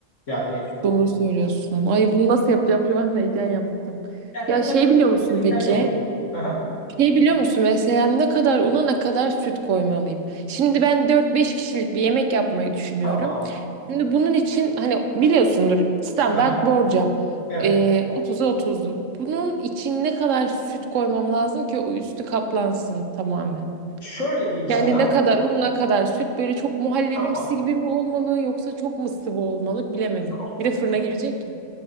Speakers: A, on the left; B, on the right.
A: Yani
B: Doğru söylüyorsun. Ay bunu nasıl yapacağım? Şu an <laughs> heyecan yaptım.
A: ya heyecan
B: Ya şey
A: yapmak
B: biliyor musun
A: gereken
B: peki?
A: yok. Aha,
B: Şey biliyor musun mesela ne kadar una ne kadar süt koymalıyım? Şimdi ben dört beş kişilik bir yemek yapmayı düşünüyorum.
A: tamam.
B: Şimdi bunun için hani biliyorsundur standart
A: Aha,
B: borcam.
A: evet.
B: Ee, 30'a 30'luk. Bunun için ne kadar süt koymam lazım ki o üstü kaplansın tamamen?
A: Şöyle diyeyim sana.
B: Yani ne kadar un ne kadar süt böyle çok muhallebimsi
A: Tamam.
B: gibi mi olmalı yoksa çok mı sıvı olmalı bilemedim.
A: Çok.
B: Bir de fırına girecek